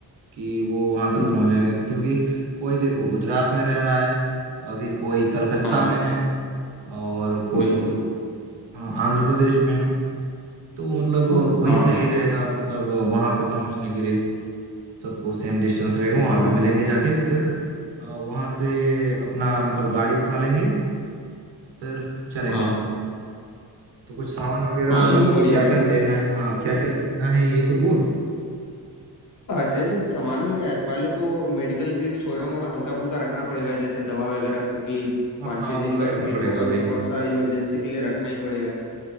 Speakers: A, on the right; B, on the left.
A: कि वो वहां तक
B: हम्म
A: पहुंच जाएंगे क्योंकि कोई देखो गुजरात में रह रहा है अभी कोई कलकत्ता
B: हाँ
A: में है और कोई
B: बिल्कुल
A: हाँ, आंध्र प्रदेश में है तो मतलब
B: हाँ
A: वही
B: हाँ
A: सही
B: हाँ
A: रहेगा मतलब वहां पे पहुंचने के लिए सबको सेम डिस्टेंस रहेगा वहां
B: हाँ
A: पे मिलेंगे जाके फिर वहां से अपना मतलब गाड़ी उठा लेंगे फिर चलेंगे
B: हाँ
A: तो कुछ सामान वगैरह
B: हाँ, ये
A: मतलब
B: भी बढ़िया
A: क्या
B: रहेगा
A: क्या लेना है हाँ क्या क्या लेना है ये तो बोल
B: अ, जैसे सामान में क्या है पहले तो मेडिकल किट छोटा मोटा हल्का फुल्का रखना पड़ेगा जैसे दवा वगैरह क्योंकि
A: हाँ
B: पाँच
A: हाँ
B: छः
A: वो
B: दिन
A: तो
B: का
A: रखना
B: ट्रिप
A: पड़ेगा
B: होगा
A: भाई
B: तो थोड़ा सा इमरजेंसी के लिए रखना ही पड़ेगा